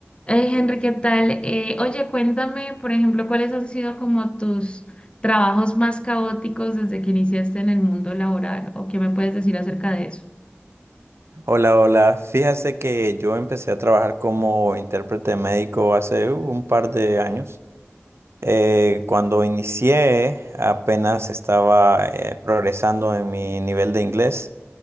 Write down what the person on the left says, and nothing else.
Hey Henry, ¿qué tal? Eh, oye, cuéntame, por ejemplo, cuáles han sido como tus trabajos más caóticos desde que iniciaste en el mundo laboral o qué me puedes decir acerca de eso.